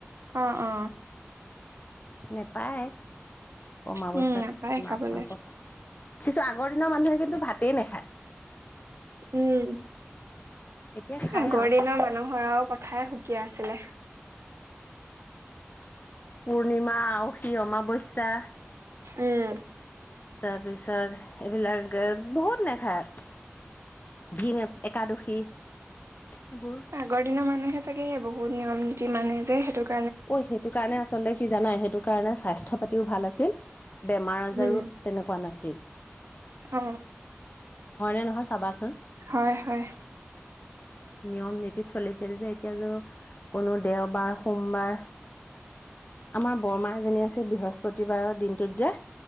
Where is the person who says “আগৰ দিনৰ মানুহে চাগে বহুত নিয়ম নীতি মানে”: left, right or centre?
Right